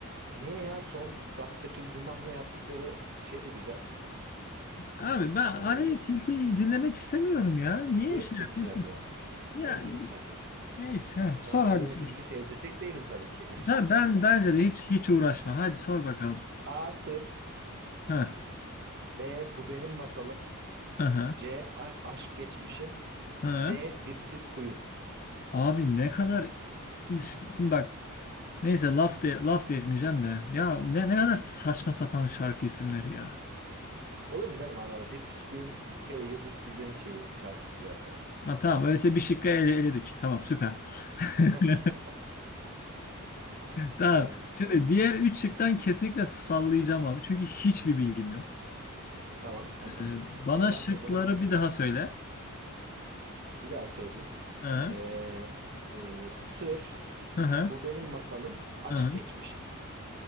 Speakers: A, on the right (about 45°); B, on the left (about 40°).
A: Niye ya son Dabbetül Duman'la yaptıkları şey de güzel.
B: Abi ben
A: Ee,
B: hani tilkiyi dinlemek istemiyorum ya. Niye
A: düet
B: şey
A: de
B: yapıyorsun
A: güzel
B: ki?
A: ya.
B: Ya
A: İyi neyse hadi bak.
B: neyse he,
A: Sana
B: sor
A: Aleyna
B: hadi sor.
A: Tilki sevdirecek değilim tabii ki yani şimdi.
B: Ha, ben
A: <laughs>
B: bence de hiç hiç uğraşma. Hadi sor bakalım.
A: A. Sır
B: Ha.
A: B. Bu benim masalım
B: Aha.
A: C. A- Aşk geçmişim
B: Ha.
A: D. Dipsiz kuyum.
B: Abi ne kadar şimdi bak neyse laf de laf da etmeyeceğim de ya ne ne kadar saçma sapan şarkı isimleri ya.
A: Olur mu canım Allah Allah. Dipsiz kuyum bir kere Yıldız Tilbe'nin şeyi şarkısı zaten.
B: Ha, tamam öyleyse bir şıkkı ele eledik. Tamam süper. <laughs>
A: <laughs>
B: Tamam.
A: Hı,
B: Şimdi diğer üç şıktan kesinlikle sallayacağım abi. Çünkü hiçbir bilgim yok.
A: tamam hadi bakalım.
B: Ee, bana
A: Allah
B: şıkları
A: o zaman
B: bir daha söyle.
A: bir daha söyleyeyim.
B: Hı
A: Ee, e, sır,
B: hı hı.
A: bu benim masalım, aşk
B: hı.
A: geçmişim.